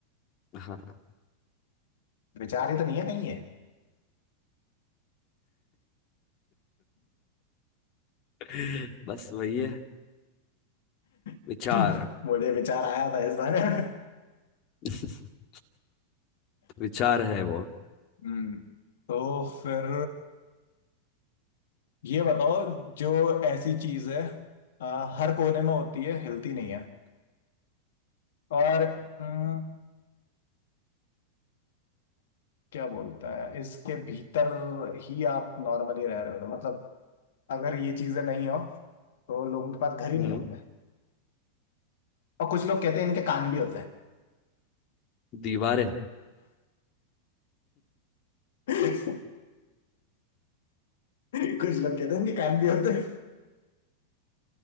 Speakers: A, on the left; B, on the left.
A: हाँ
B: विचार ही तो नहीं है कहीं है
A: <laughs> बस वही है
B: <laughs>
A: विचार
B: मुझे विचार आया था इस बारे में
A: <laughs> विचार है वो
B: हम्म तो फिर ये बताओ जो ऐसी चीज है अ, हर कोने में होती है हिलती नहीं है और अम, क्या बोलता है इसके भीतर ही आप नॉर्मली रह रहे हो तो मतलब अगर ये चीजें नहीं हो तो लोगों के पास घर ही
A: हम्म
B: नहीं होंगे और कुछ लोग कहते हैं इनके कान भी होते हैं
A: दीवारें
B: <laughs> कुछ लोग कहते हैं इनके कान भी होते हैं